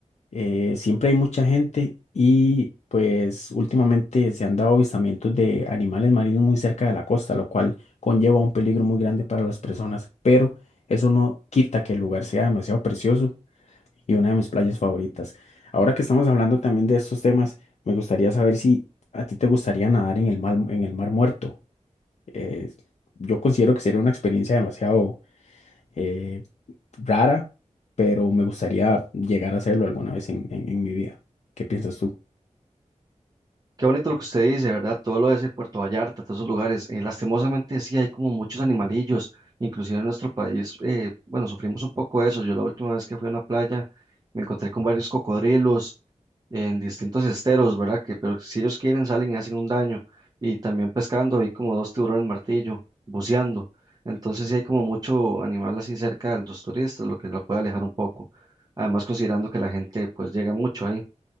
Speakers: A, on the left; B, on the right.
A: Eh, siempre hay mucha gente y pues últimamente se han dado avistamientos de animales marinos muy cerca de la costa, lo cual conlleva un peligro muy grande para las personas, pero eso no quita que el lugar sea demasiado precioso y una de mis playas favoritas. Ahora que estamos hablando también de estos temas, me gustaría saber si a ti te gustaría nadar en el mar, en el mar muerto eh, yo considero que sería una experiencia demasiado eh, rara, pero me gustaría llegar a hacerlo alguna vez en, en- en mi vida. ¿Qué piensas tú?
B: Qué bonito lo que usted dice, ¿verdad? Todo lo de ese Puerto Vallarta, todos esos lugares. Eh, lastimosamente sí hay como muchos animalillos, inclusive en nuestro país, eh, bueno, sufrimos un poco de eso. Yo la última vez que fui a una playa me encontré con varios cocodrilos en distintos esteros, ¿verdad? Que pero si ellos quieren salen y hacen un daño. Y también pescando, hay como dos tiburones martillo, buceando. Entonces sí hay como mucho animal así cerca de los turistas, lo que lo puede alejar un poco. Además considerando que la gente pues llega mucho ahí,